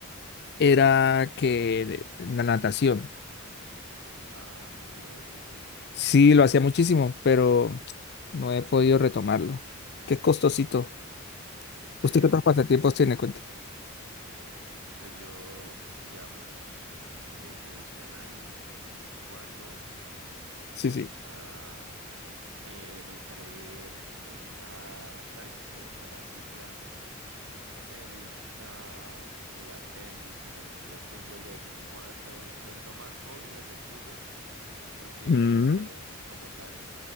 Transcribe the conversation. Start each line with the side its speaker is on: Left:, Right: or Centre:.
Left: era que la natación.
Right: Ah, sí, la depresión.
Left: Sí, lo hacía muchísimo, pero no he podido retomarlo. Qué costosito. ¿Usted
Right: Sí,
Left: qué otros
Right: sí,
Left: pasatiempos tiene? Cuente.
Right: pues yo, digamos, como te dije, me gusta el anime de vez en cuando,
Left: Sí,
Right: me
Left: sí.
Right: gusta, eh, me gusta leer, me gusta la bicicleta, la cicla, me gusta jugar tenis, también juego fútbol de vez en cuando, sobre todo más hobby es el fútbol, porque
Left: Mm. O
Right: como tal